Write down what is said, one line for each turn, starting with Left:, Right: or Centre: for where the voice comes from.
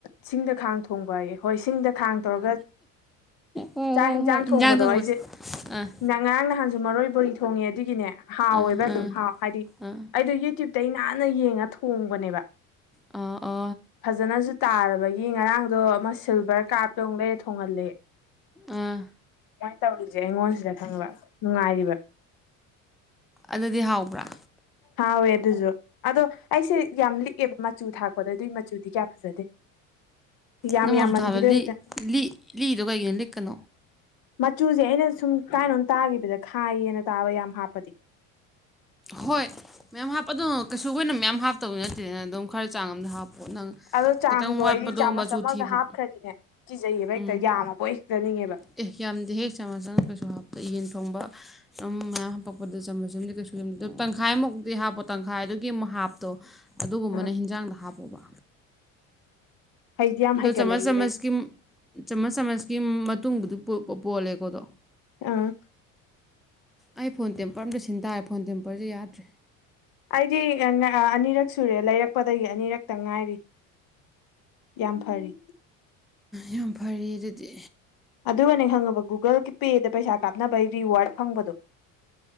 Left: ꯆꯤꯡꯗ ꯈꯥꯡ ꯊꯣꯡꯕ ꯍꯥꯏꯌꯦ ꯍꯣꯏ ꯁꯤꯡꯗ ꯈꯥꯡ ꯇꯧꯔꯒ
Centre: ꯍꯣꯏ
Left: ꯆꯥꯛ
Centre: ꯍꯣꯏ
Left: ꯌꯦꯟꯁꯥꯡ
Centre: ꯍꯣꯏ ꯏꯟꯖꯥꯡ
Left: ꯊꯣꯡꯕꯗꯣ
Centre: ꯊꯣꯡꯕ
Left: ꯑꯩꯁꯦ
Centre: ꯑꯥ
Left: ꯉꯔꯥꯡ ꯅꯍꯥꯟꯁꯨ ꯃꯔꯣꯏ ꯕꯣꯔꯤ ꯊꯣꯡꯉꯦ ꯑꯗꯨꯒꯤꯅꯦ ꯍꯥꯎꯋꯦꯕ
Centre: ꯑꯥ
Left: ꯑꯗꯨꯝ
Centre: ꯑꯥ
Left: ꯍꯥꯎ ꯍꯥꯏꯗꯤ
Centre: ꯑꯥ
Left: ꯑꯩꯗꯤ ꯌꯨꯇ꯭ꯌꯨꯕꯇ ꯅꯥꯟꯅ ꯌꯦꯡꯉ ꯊꯣꯡꯕꯅꯦꯕ
Centre: ꯑꯣ ꯑꯣ
Left: ꯐꯖꯅꯁꯨ ꯇꯥꯔꯕꯒꯤ ꯉꯔꯥꯡꯗꯣ ꯑꯃ ꯁꯤꯜꯚꯔ ꯀꯥꯔꯞꯇꯧ ꯂꯩ ꯊꯣꯡꯍꯜꯂꯦ
Centre: ꯑꯥ
Left: ꯀꯨꯃꯥꯏꯅ ꯇꯧꯔꯤꯁꯦ ꯑꯩꯉꯣꯟꯁꯤꯗ ꯈꯪꯕ ꯅꯨꯡꯉꯥꯏꯔꯤꯕ
Centre: ꯑꯗꯨꯗꯤ ꯍꯥꯎꯕ꯭ꯔꯥ
Left: ꯍꯥꯎꯦ ꯑꯗꯨꯁꯨ ꯑꯗꯣ ꯑꯩꯁꯦ ꯌꯥꯝ ꯂꯤꯛꯑꯦꯕ ꯃꯆꯨ ꯊꯥꯛꯄꯗ ꯑꯗꯨꯏ ꯃꯆꯨꯗꯤ ꯀꯌꯥ ꯐꯖꯗꯦ ꯌꯥꯝ
Centre: ꯅꯪꯃꯆꯁꯨ
Left: ꯌꯥꯝꯃꯟꯈꯤꯗꯣ
Centre: ꯊꯥꯕ ꯂꯤ
Left: ꯍꯦꯛꯇ
Centre: ꯂꯤ ꯂꯤꯗꯣ ꯀꯩꯒꯤꯅꯣ ꯂꯤꯛꯀꯅꯣ
Left: ꯃꯆꯨꯁꯦ ꯑꯩꯅ ꯁꯨꯝ ꯀꯥꯏꯅꯣꯝ ꯇꯥꯈꯤꯕꯗ ꯈꯥꯏꯌꯦꯅ ꯇꯥꯕ ꯌꯥꯝ ꯍꯥꯞꯄꯗꯤ
Centre: ꯍꯣꯏ ꯃꯌꯥꯝ ꯍꯥꯞꯄ ꯑꯗꯨ ꯀꯩꯁꯨ ꯀ ꯑꯣꯏꯅ ꯃꯌꯥꯝ ꯍꯥꯞꯇꯕ ꯅꯠꯇꯦꯗꯅ ꯑꯗꯨꯝ ꯈꯔ ꯆꯥꯡ ꯑꯝꯗ ꯍꯥꯞꯄꯣ ꯅꯪ
Left: ꯑꯗꯣ ꯆꯥꯡꯗꯣ
Centre: ꯈꯤꯇꯪ ꯋꯥꯠꯄꯗꯣ
Left: ꯑꯩꯗꯤ ꯆꯥꯃꯁ
Centre: ꯃꯆꯨ
Left: ꯑꯃꯒ
Centre: ꯊꯤꯕ
Left: ꯍꯥꯞꯈ꯭ꯔꯗꯤꯅꯦ ꯀꯤꯖꯩꯌꯦꯕ
Centre: ꯎꯝ
Left: ꯍꯦꯛꯇ ꯌꯥꯝꯃꯕ ꯑꯣꯏ ꯍꯦꯛꯖꯅꯤꯡꯉꯦꯕ
Centre: ꯑꯦ ꯌꯥꯝꯗꯦ ꯍꯦ ꯆꯥꯝꯃꯁꯟ ꯀꯩꯁꯨ ꯍꯥꯞꯄ ꯌꯦꯟ ꯊꯣꯡꯕ ꯑꯗꯨꯝ ꯃꯌꯥꯝ ꯍꯥꯞꯄꯛꯄꯗ ꯆꯃꯁꯟꯗꯤ ꯀꯩꯁꯨ ꯇꯪꯈꯥꯏꯃꯨꯛꯇꯤ ꯍꯥꯞꯄꯣ ꯇꯪꯈꯥꯏꯗꯨꯒꯤ ꯑꯃꯨꯛ ꯍꯥꯞꯇꯣ ꯑꯗꯨꯒꯨꯝꯕꯅ
Left: ꯑ
Centre: ꯍꯤꯟꯖꯥꯡꯗ ꯍꯥꯞꯄꯣꯕ
Left: ꯍꯩꯗꯤ ꯌꯥꯝ
Centre: ꯗꯣ
Left: ꯍꯩꯒꯠꯂꯛꯏ
Centre: ꯆꯃꯆ ꯆꯃꯖꯀꯤ
Left: ꯑꯩ
Centre: ꯆꯥꯃꯁ ꯆꯥꯃꯁꯀꯤ ꯃꯇꯨꯡꯕꯨꯗꯤ ꯄꯣꯜꯂꯦꯀꯣꯗꯣ
Left: ꯑꯥ
Centre: ꯑꯩ ꯐꯣꯟ ꯇꯦꯝꯄꯔ ꯑꯝꯇ ꯁꯤꯟ ꯇꯥꯔꯦ ꯐꯣꯟ ꯇꯦꯝꯄꯔꯁꯦ ꯌꯥꯗ꯭ꯔꯦ
Left: ꯑꯩꯗꯤ ꯑꯅꯤꯔꯛ ꯁꯨꯔꯦ ꯂꯩꯔꯛꯄꯗꯒꯤ ꯑꯅꯤꯔꯛꯇ ꯉꯥꯏꯔꯤ ꯌꯥꯝ ꯐꯔꯤ
Centre: ꯌꯥꯝ ꯐꯔ ꯑꯗꯨꯗꯤ
Left: ꯑꯗꯨꯒꯅꯦ ꯈꯪꯉꯕ ꯒꯨꯒꯜ ꯄꯦꯗ ꯄꯩꯁꯥ ꯀꯥꯞꯅꯕꯒꯤ ꯔꯤꯋꯥꯔꯗ ꯐꯪꯕꯗꯣ